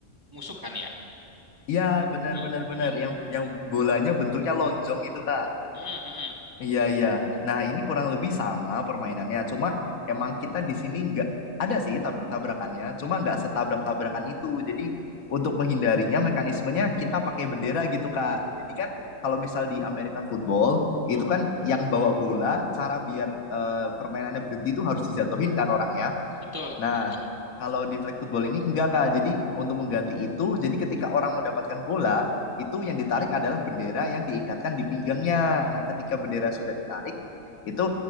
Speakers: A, on the right; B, on the left.
A: musuh kan ya?
B: Iya, benar
A: Hmm,
B: benar benar.
A: hmm.
B: Yang yang bolanya bentuknya lonjong itu, Kak.
A: Hmm, hmm.
B: Iya, iya. Nah, ini kurang lebih sama permainannya. Cuma emang kita di sini nggak ada sih tabrak-tabrakannya, cuma nggak setabrak-tabrakan itu. Jadi untuk menghindarinya mekanismenya kita pakai bendera gitu, Kak. Jadi kan kalau misal di American football
A: Ah,
B: itu kan yang bawa bola, cara biar eh, permainannya berhenti itu harus dijatuhin kan orangnya.
A: betul,
B: Nah,
A: betul.
B: kalau di flag football ini enggak Kak. Jadi untuk mengganti itu, jadi ketika orang mendapatkan bola, itu yang ditarik adalah bendera yang diikatkan di pinggangnya. Nah, ketika bendera sudah ditarik, itu